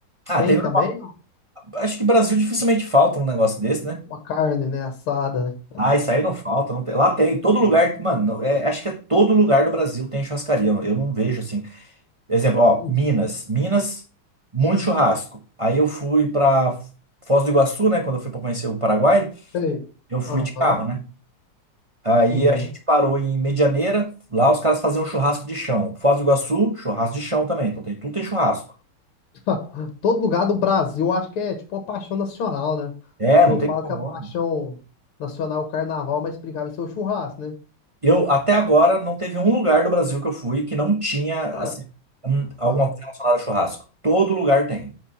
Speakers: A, on the right; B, on the left.
A: Ah,
B: Tem
A: tem,
B: também
A: acho que Brasil dificilmente falta um negócio desse, né?
B: uma carne, né? Assada, né?
A: Ah, isso aí não falta, não tem- lá tem, todo lugar,
B: Uhum.
A: mano, não- é, acho que é todo lugar do Brasil tem churrascaria, eu não eu não vejo assim. Exemplo, ó,
B: Uhum.
A: Minas, Minas, muito churrasco. Aí eu fui pra Foz do Iguaçu, né, quando eu fui pra conhecer o Paraguai,
B: Sei.
A: eu fui
B: Aham.
A: de carro, né? Aí
B: Uhum.
A: a gente parou em Medianeira, lá os caras faziam churrasco de chão. Foz do Iguaçu, churrasco de chão também, então tem, tudo tem churrasco.
B: <laughs> Todo lugar do Brasil, eu acho que é tipo uma paixão nacional, né?
A: É,
B: Pô,
A: não tem
B: fala
A: como.
B: que a paixão nacional é o carnaval, mas brincava em ser o churrasco, né?
A: Eu, até agora, não teve um lugar do Brasil que eu fui que não tinha,
B: Cara,
A: assim, um- alguma
B: aham,
A: coisa relacionada a churrasco. Todo lugar tem.